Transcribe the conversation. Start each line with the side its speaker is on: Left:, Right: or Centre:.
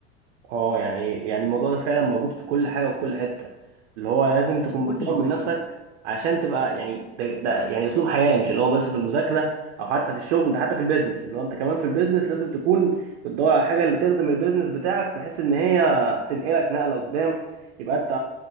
Right: اه يعني يعني الموضوع ده فعلا موجود في كل حاجه وفي كل حته اللي هو لازم تكون
Left: في كل
Right: بتطور من
Left: مجال
Right: نفسك عشان تبقى يعني ده, ده يعني اسلوب حياه مش اللي هو بس في المذاكره او حتى في الشغل ده حتى في البيزنس اللي هو انت كمان في البيزنس لازم تكون بتدور على الحاجه اللي تخدم البيزنس بتاعك بحيث ان هي تنقلك نقله قدام يبقى انت